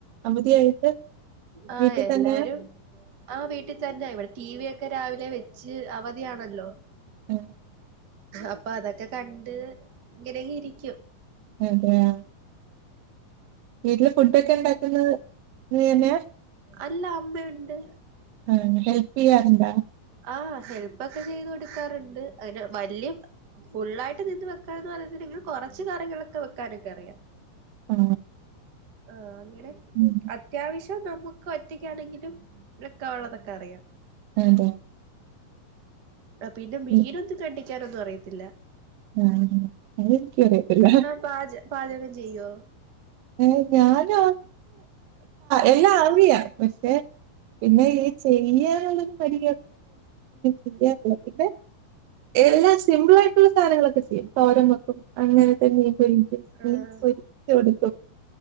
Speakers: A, on the right; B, on the right.
A: അവധിയായിട്ട്
B: ആഹ്
A: വീട്ടിൽ
B: എല്ലാരും
A: തന്നെ
B: ആഹ് വീട്ടിൽ തന്നെ ഇവിടെ ടി വി ഒക്കെ രാവിലെ വെച്ച് അവധിയാണല്ലോ
A: ആ,
B: അപ്പൊ അതൊക്കെ കണ്ട് ഇങ്ങനെയങ്ങ് ഇരിക്കും
A: അതെയാ വീട്ടില് ഫുഡൊക്കെ ഉണ്ടാക്കുന്നത് നീ തന്നെയാ
B: അല്ല അമ്മയുണ്ട്
A: മ് ഹെൽപ്പ്‌ ചെയ്യാറണ്ടാ
B: ആഹ് ഹെൽപ്പൊക്കെ ചെയ്ത് കൊടുക്കാറുണ്ട് അന വല്യ ഫുള്ളായിട്ട് നിന്ന് വെക്കനൊന്നും അറിയത്തില്ലെങ്കിലും കൊറച്ച് കറികളൊക്കെ വെക്കാനൊക്കെ അറിയാം
A: ആ,
B: ആഹ് അങ്ങനെ
A: ഉം,
B: അത്യാവശ്യം നമു ക്കൊറ്റയ്ക്കാണെങ്കിലും വെക്കാവൊള്ളതൊക്കെ അറിയാം
A: അതെ
B: ആ പിന്നെ മീനൊന്നും
A: ഉം,
B: കണ്ടിക്കാനൊന്നും അറിയത്തില്ല
A: മ് അതെനിക്കും അറിയത്തില്ല
B: പാച് പാചകം ചെയ്യോ
A: ഏ ഞാനോ എല്ലാം ആറിയാം പക്ഷെ പിന്നെ ഈ ചെയ്യനുള്ളര് മടിയാ ചെയ്യാ അറിയാം പിന്നെ എല്ലാം സിമ്പിൾ ആയിട്ടുള്ള സധനങ്ങളൊക്കെ ചെയ്യും തോരം വെക്കും അങ്ങനെത്തെന്നെ മീൻ പൊരിക്കും മീൻ
B: ആഹ്
A: പൊരിച്ച് കൊടുക്കും